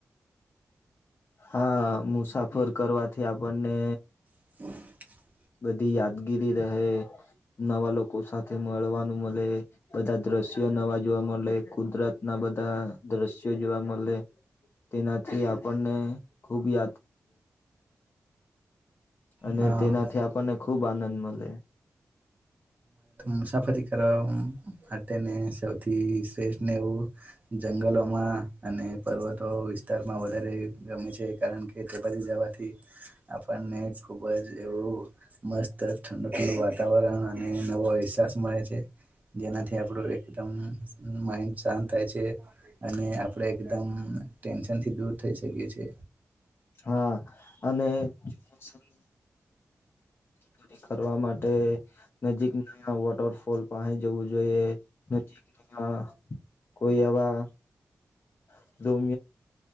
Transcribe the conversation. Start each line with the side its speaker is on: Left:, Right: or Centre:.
Left: હા મુસાફર કરવાથી આપણને
Right: <unintelligible>
Left: બધી યાદગીરી રહે નવા લોકો સાથે મળવાનું મળે બધા દ્રશ્યો નવા જોવા મળે કુદરત ના બધા દ્રશ્યો જોવા મળે તેનાથી આપણને ખૂબ યાદ અને
Right: હા,
Left: તેનાથી આપણને ખુબ આનંદ મળે.
Right: મુસાફરી કરવા માટેને સૌથી શ્રેષઠ ને એવું જંગલોમાં અને પર્વતો વિસ્તારમાં વધારે ગમે છે. કારણ કે તે બજી જવાથી આપણને ખુબ જ એવું મસ્ત ઠંડુ ઠંડુ વાતાવરણ અને નવો અહસાસ મળે છે જેનાથી આપણો એ કદમ માઇન્ડ શાંત થાય છે અને આપડે એકદમ ટેન્શનથી દૂર થઈ શકી છે.
Left: હા અને <unintelligible> <unintelligible> કરવા માટે નજીકના વોટરફોલ પાહે જવું જોઈએ નજીક હા કોઈ આવા <unintelligible>